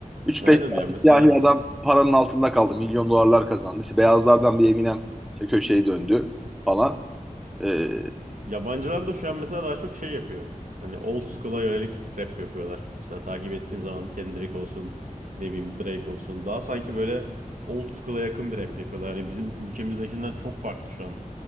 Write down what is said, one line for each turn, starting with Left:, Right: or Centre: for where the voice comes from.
Centre: 3-5
Right: Aynen
Centre: tane
Right: ya mesela
Centre: siyahi adam paranın altında kaldı. Milyon dolarlar kazandı. İşte beyazlardan bir Eminem işte köşeyi döndü falan. Ee,
Right: Yabancılar da şu an mesela daha çok şey yapıyor. Hani old school'a yönelik rap yapıyorlar. Mesela takip ettiğim zaman Kendrick olsun, ne bileyim Drake olsun. Daha sanki böyle old school'a yakın bir rap yapıyorlar. Hani bizim ülkemizdekinden çok farklı şu an.